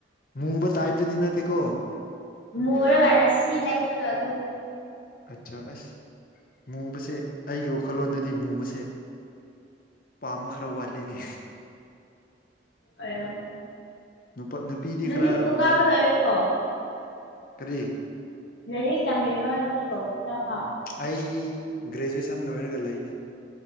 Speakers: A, on the left; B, on the left.
A: ꯃꯨꯕ ꯇꯥꯏꯞꯗꯨꯗꯤ ꯅꯠꯇꯦꯀꯣ
B: ꯃꯨꯔꯒ ꯔꯁꯤ ꯂꯩꯕꯗꯣ ꯑꯗꯨ
A: ꯑꯠꯆꯥ ꯑꯁ ꯃꯨꯕꯁꯦ ꯑꯩꯒꯤ ꯋꯥꯈꯜꯂꯣꯟꯗꯗꯤ ꯃꯨꯕꯁꯦ ꯄꯥꯝꯕ ꯈꯔ ꯋꯥꯠꯂꯤꯅꯦ
B: ꯑꯩꯌꯥ
A: ꯅꯨꯄꯥ ꯅꯨꯄꯤꯗꯤ
B: ꯅꯪꯗꯤ
A: ꯈꯔ
B: ꯁ꯭ꯀꯨꯜ
A: ꯉꯧ
B: ꯀꯥꯕ ꯂꯣꯏꯔꯕꯣ
A: ꯀꯔꯤ
B: ꯂꯩꯔꯤꯛ ꯇꯝꯃꯤꯔꯣ ꯅꯪꯁꯨ ꯍꯟꯗꯛ ꯐꯥꯎ
A: ꯑꯩ ꯒ꯭ꯔꯦꯖꯨꯑꯦꯁꯟ ꯂꯣꯏꯔꯒ ꯂꯩꯗ